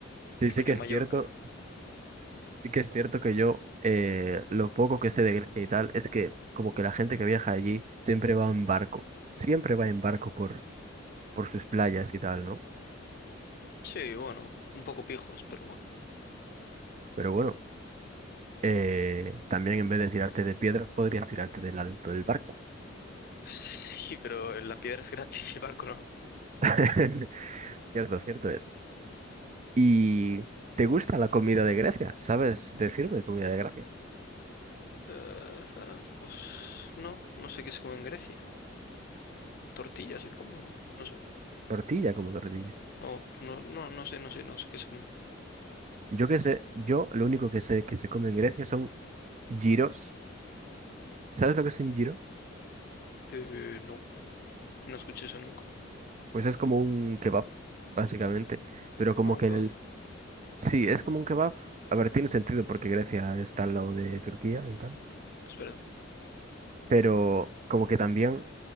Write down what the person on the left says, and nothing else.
Rollo
Mallorca.
Sí, bueno, un poco pijos, pero bueno.
<laughs> Sí, pero la piedra es gratis <laughs> y el barco no.
Eh, pues no, no sé qué se come en Grecia. Tortillas se come, o no sé.
No, no, no, no sé, no sé, no sé qué se come.
Eh, no, no escuché eso nunca.
Aunque
es verdad.